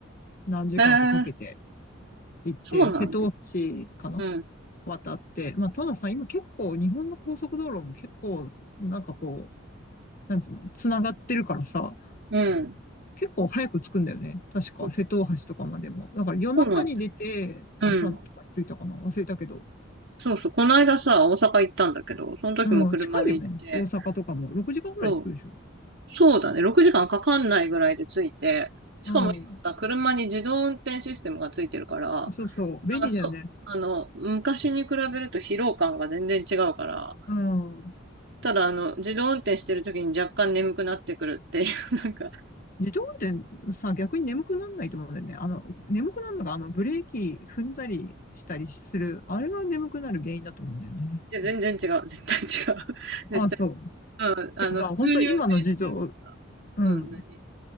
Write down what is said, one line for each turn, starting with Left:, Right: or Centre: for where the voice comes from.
Left: 何時間かかけて、
Right: ええー、
Left: 行って、
Right: そうなんだ。
Left: 瀬戸大橋かな
Right: うん。
Left: 渡って。まあ、たださ、今結構日本の高速道路も結構、なんかこう、なんつうの、繋がってるからさ、
Right: うん。
Left: 結構早く着くんだよね。確か、
Right: そ
Left: 瀬戸大橋とかまでも。だから夜中に出て、
Right: そうなんだよ。
Left: 朝とかに着いたかな忘れたけど。
Right: うん。そうそう。この間さ、大阪行ったんだけど、その時も車で行って、
Left: うん、近いよね。大阪とかも。6時間くらい着くでしょ。
Right: そう、そうだね。6時間かんかかんないぐらいで着いて、しかも今さ、
Left: うん。
Right: 車に自動運転システムがついてるから、
Left: そうそう。
Right: なんかそあの、
Left: 便利だよね。
Right: 昔に比べると疲労感が全然違うから、
Left: うん。
Right: ただあの、自動運転してる時に若干眠くなってくるっていう、<laughs> なんか、
Left: 自動運転さ、逆に眠くなんないと思うんだよね。あの、眠くなるのが、あの、ブレーキ踏んだりしたりする、あれが眠くなる原因だと思うんだよね。
Right: いや、全然違う、
Left: なんか
Right: 絶対違う。<laughs> 絶対、
Left: ああ、そう。
Right: うん、あの、
Left: でもさ、
Right: 普通に運転してる時は、
Left: 本当今の自動、うん。
Right: うん、何